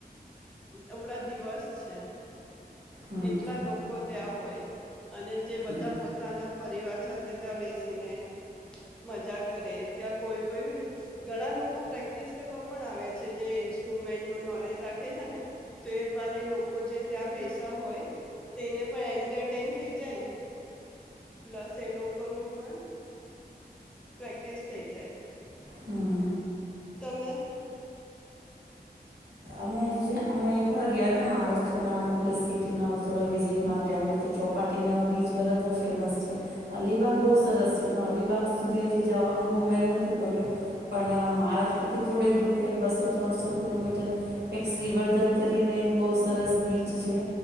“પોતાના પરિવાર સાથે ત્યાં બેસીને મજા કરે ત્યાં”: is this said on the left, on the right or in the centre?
Centre